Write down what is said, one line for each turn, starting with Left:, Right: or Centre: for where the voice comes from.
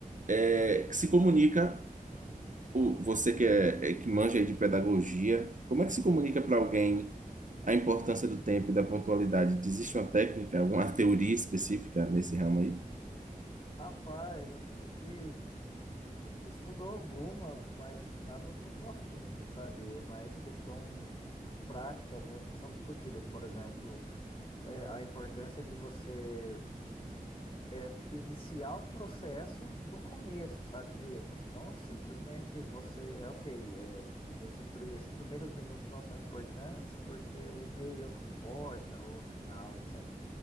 Right: é, que se comunica, o, você que, é, é- que manja aí de pedagogia, como é que se comunica para alguém a importância do tempo e da pontualidade? Existe uma técnica, alguma teoria específica nesse ramo aí?
Left: Rapaz, assim, a gente estudou algumas, mas nada muito a fundo, sabe? É mais questão práticas mesmo que são discutidas. Por exemplo, é, a importância de você é, iniciar o processo do começo, sabe? Mesmo, assim, não simplesmente você, ok, é, esse, pri- esses primeiros minutos não são importantes porque o meio é o que importa, ou o final, etc.